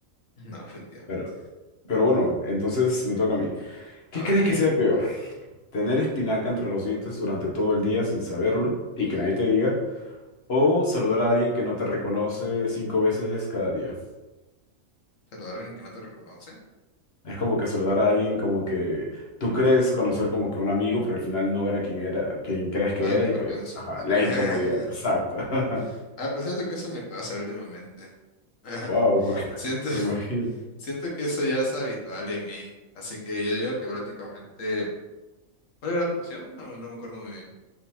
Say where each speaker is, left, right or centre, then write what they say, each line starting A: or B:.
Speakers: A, on the left; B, on the left.
A: No, efectivamente.
B: pero, pero bueno, entonces me toca a mí. ¿Qué
A: A
B: crees
A: ver.
B: que sea peor? Tener espinaca entre los dientes durante todo el día sin saberlo y
A: Y
B: que nadie te diga. O saludar a alguien que no te reconoce cinco veces cada día.
A: saludar a alguien que no te reconoce.
B: Es como que saludar a alguien como que tú crees conocer como que un amigo, pero al final no era quien era, quien crees que
A: Ah,
B: era
A: qué
B: y
A: vergüenza.
B: pues, ajá, la
A: <laughs>
B: incomodidad. Exacto. <laughs>
A: A pesar de que eso me pasa últimamente. <laughs>
B: Wow, porque <laughs>
A: Siento,
B: me imagino.
A: siento que eso ya es habitual en mí. Así que yo digo que prácticamente. ¿Cuál era tu opción? No, no me acuerdo muy bien.